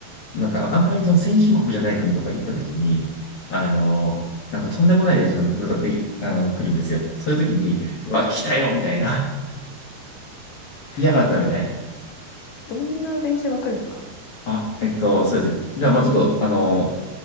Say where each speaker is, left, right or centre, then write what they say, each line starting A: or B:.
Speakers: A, on the left (about 40°); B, on the left (about 70°).
A: なんかあんまりその先進国じゃない国とか行った時に、あの、
B: はい。
A: なんかとんでもない電車が乗ってあの来るんですよ。そういう時に、うわ、来たよみたいな。<laughs> 嫌がったみたいな。
B: えっと、どんな電車が来るんですか
A: あ、えっと、そうですね。じゃあ、まあちょっと、あの、